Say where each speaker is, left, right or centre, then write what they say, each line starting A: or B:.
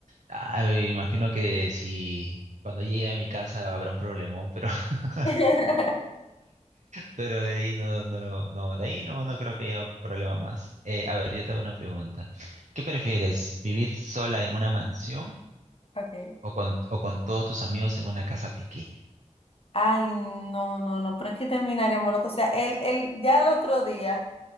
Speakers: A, on the right; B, on the left.
A: ah, imagino que si cuando llegue a mi casa habrá un problemón, pero, <laughs>
B: <laughs>
A: pero de ahí no, no, lo- no, de ahí no, no creo que haya un problema más. Eh, a ver, yo te hago una pregunta. ¿Qué prefieres, vivir sola en una mansión
B: Okay.
A: o con, o con todos tus amigos en una casa pequeña?
B: Ay, no, no, no, pero es que terminaríamos loco. O sea, el, el, ya el otro día